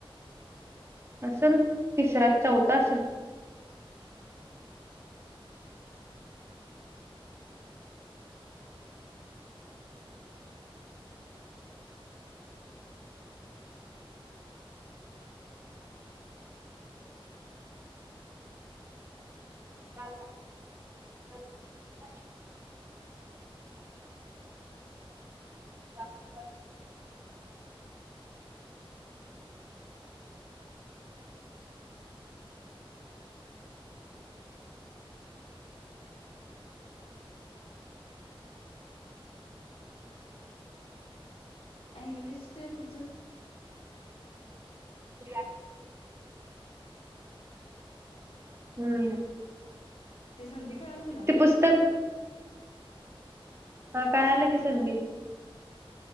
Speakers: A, on the right; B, on the left.
A: असल तिसरा चौथा असेल. ह <unintelligible> जाऊ <unintelligible>
B: इंग्लिश ते पुढच.
A: जा <unintelligible> हम्म
B: ते संधी कळाल तुला
A: ते पुस्तक हा कळालं की सधी